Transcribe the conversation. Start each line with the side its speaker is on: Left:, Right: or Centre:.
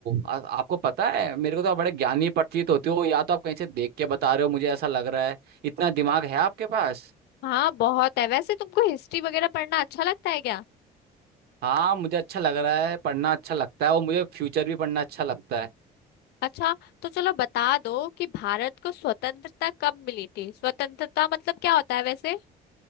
Right: आ, आपको पता है मेरे को तो आप बड़े ज्ञानी प्रतीत होते हो या तो आप कहीं से देख के बता रहे हो मुझे ऐसा लग रहा है इतना दिमाग है आपके पास
Left: हाँ बहुत है वैसे तुमको हिस्ट्री वगैरह पढ़ना अच्छा लगता है क्या
Right: हाँ मुझे अच्छा लग रहा है पढ़ना अच्छा लगता है और मुझे फ्यूचर भी पढ़ना अच्छा लगता है
Left: अच्छा तो चलो बता दो कि भारत को स्वतंत्रता कब मिली थी स्वतंत्रता मतलब क्या होता है वैसे